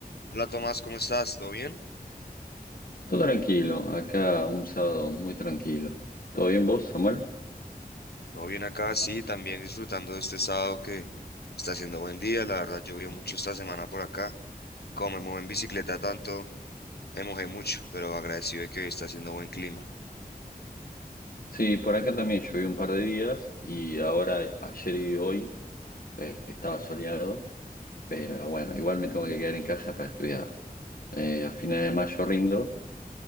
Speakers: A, on the left (about 85°); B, on the left (about 65°).
A: Hola Tomás, ¿cómo estás? ¿Todo bien?
B: Todo tranquilo, acá un sábado muy tranquilo. ¿Todo bien vos, Samuel?
A: Todo bien acá, sí, también disfrutando de este sábado que está haciendo buen día. La verdad, llovió mucho esta semana por acá. Como me mojé en bicicleta tanto, me mojé mucho, pero agradecido de que hoy está haciendo buen clima.
B: Sí, por acá también llovió un par de días y ahora ayer y hoy eh, estaba soleado, pero bueno, igual me tengo que quedar en casa para estudiar. Eh, a finales de mayo rindo